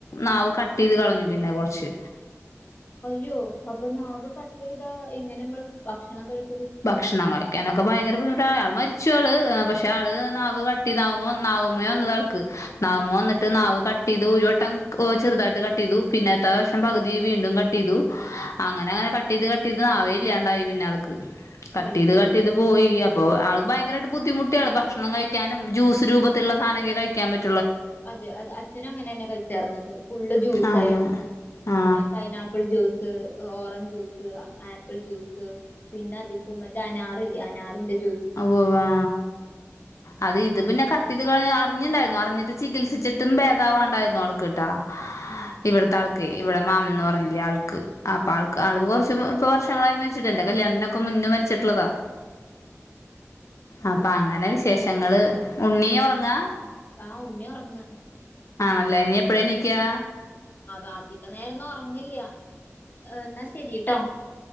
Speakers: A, on the left; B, on the left.
A: നാവ് കട്ട് ചെയ്ത് കളഞ്ഞു പിന്നെ കൊറച്ച്
B: അയ്യോ അപ്പൊ നാവ് കട്ട് ചെയ്താ എങ്ങനെ നമ്മള് ഭക്ഷണം കഴിക്ക
A: ഭക്ഷണം കഴിക്കാനൊക്കെ ഭയങ്ക ധിമുട്ട മരിച്ചു ആള് പക്ഷെആൾ നാവ് കട്ടേതവമേ നാവിമ്മേ വെന്നതാൾക്ക് നാവിമ്മേ വന്നിട്ട് നാവ് കട്ട് ചെയ്തു ഒരു വട്ടംചെറുതായിട്ട് കട്ട് ചെയ്തു പിന്നെതെ പ്രവിശ്യം പകുതി വീണ്ടും കട്ട് ചെയ്തു. അങ്ങനെ അങ്ങനെ കട്ട് ചെയ്ത് കട്ട് ചെയ്ത് നാവെയില്ലാണ്ടായി പിന്നെൾക്ക്. കട്ട്
B: അയ്യോ
A: ചെയ്ത് കട്ട് ചെയ്ത് പോയി അപ്പൊ ആ ഭയങ്കരായിട്ട് ബുദ്ധിമുട്ടി ആൾ ഭക്ഷണം കഴിക്കാനും ജ്യൂസ് രൂപത്തിലുള്ള സാനം ഒക്കെ കഴിക്കാൻ പറ്റു
B: അതെ അതെ അചൻ അങ്ങനെ തന്നെ കഴിച്ചേർന്നത്. ഫുള്ള് ജ്യൂസ്
A: ആ
B: ആയിരുന്നു.
A: ആ
B: pineapple juice. Orange juice apple juice പിന്നെ അധികം മറ്റേ അനാറല്ലേ അനാറിണ്ട്
A: ഔ ആ
B: <unintelligible>
A: അത് ഇത് പിന്നെ കട്ട് ചെയത് അറിഞ്ഞിുണ്ടായിരുന്നു അറിഞ്ഞിട്ട് ചികിത്സിച്ചിട്ടും ഭേദവാണ്ടായിരുന്നു ആൾക്ക്ട്ടാ
B: ഉം
A: ഇവിടുത്തെ ആൾക്ക്യ് ഇവിടെ മാമന്ന് പറഞ്ഞില്ലേ ആൾക്ക് അപ്പൊ ആൾക്ക് ആൾ കുറച്ച് വർഷങ്ങളായി മരിച്ചിട്ടന്റെ കല്യാണത്തിനൊക്കെ മരി മരിച്ചിട്ടുള്ളതാ
B: <unintelligible> അതെ
A: അപ്പൊ അങ്ങനെ വിശേഷങ്ങള് ഉണ്ണീ ഉറങ്ങാ
B: ആഹ് ഉണ്ണി ഉറങ്ങാ
A: ആണല്ലേ ഇനി എപ്പഴാ നീക്കാ
B: അവ അധികനേരൊന്നും ഉറങ്ങില്ല എന്നാ ശരിയട്ടോ